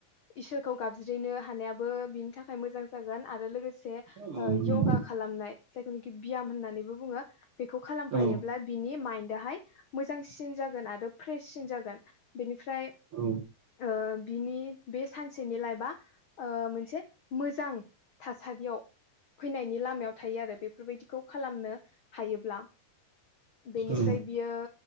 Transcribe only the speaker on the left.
इसोरखौ गाबज्रिनो हानायाबो बिनि थाखाय मोजां जागोन आरो लोगोसे
यगा
खालामनाय जायखनाखि बियाम होननानैबो बुङो बेखौ खालामफायोब्ला
बिनि माइन्ड दाहाय मोजांसिन जागोन आरो फ्रेससिन जागोन बेनिफ्राय
ओ बिनि बे सानसेनि लाइफआ ओ मोनसे मोजां थासारियाव फैनायनि लामायाव थायो आरो बेफोरबायदिखौ खालामनो हायोब्ला। बेनिफ्राय
बियो